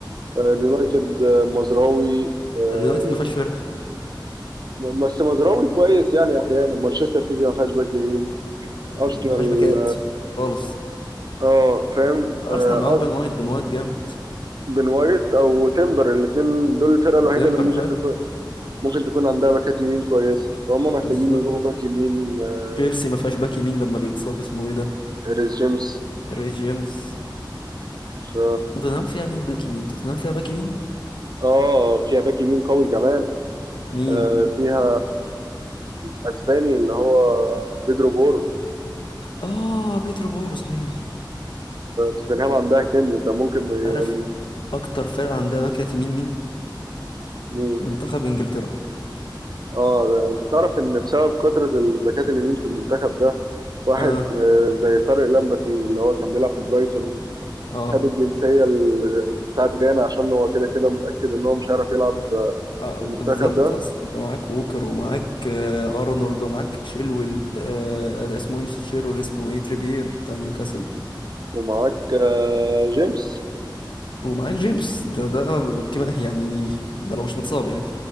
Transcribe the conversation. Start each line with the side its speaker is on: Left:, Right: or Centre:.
Right: آه، اليونايتد آه، مزراوي آه،
Left: اليونايتد ما فيهاش فرقة
Right: م- بس مزراوي كويس يعني احيانا مانشستر سيتي ما فيهاش باك يمين
Left: آه،
Right: ارسنال
Left: ما فيهاش باكات خالص
Right: اه فاهم
Left: الارسنال
Right: آه،
Left: معاهم
Right: أر-
Left: بين وايت بين وايت جامد
Right: بن وايت او تيمبر الاثنين دول الفرقه الوحيده
Left: وتمبر
Right: اللي ممكن
Left: حلو
Right: تكون ممكن تكون عندها باكات يمين كويسه فهم
Left: بالظبط
Right: محتاجين يجيبوا باك يمين آه،
Left: تشيلسي ما فيهاش باك يمين لما بيتصاب اسمه ايه ده
Right: ريس جيمس
Left: الري جيمس
Right: ف...
Left: توتنهام فيها مين باك يمين توتنهام فيها باك يمين
Right: اه فيها باك يمين قوي كمان
Left: مين
Right: آه، فيها الاسباني اللي هو بيدرو بورو
Left: اه بيترو بورو صحيح
Right: توتنهام عندها كنز ده ممكن يبقى
Left: عارف اكتر فرقة عندها باكات يمين مين
Right: من
Left: منتخب انجلترا
Right: اه ده- انت تعرف ان بسبب كثرة الباكات اليمين في المنتخب ده واحد
Left: اه
Right: آه، زي طارق لمبتي اللي هو كان بيلعب في برايتون
Left: اه,
Right: خد الجنسية ال- بتاعت غانا عشان هو كده كده متأكد ان هو مش هيعرف يلعب
Left: آه
Right: في المنتخب
Left: بالظبط
Right: ده
Left: اصل انت معاك ووكر ومعاك آه ارنولد ومعاك تشيلويل آه اسمه ايه مش تشيلويل اسمه ايه تريبير بتاع نيوكاسل
Right: ومعاك آه، جيمس
Left: ومعاك جيمس ده ده كمان يعني ده لو مش متصاب يعني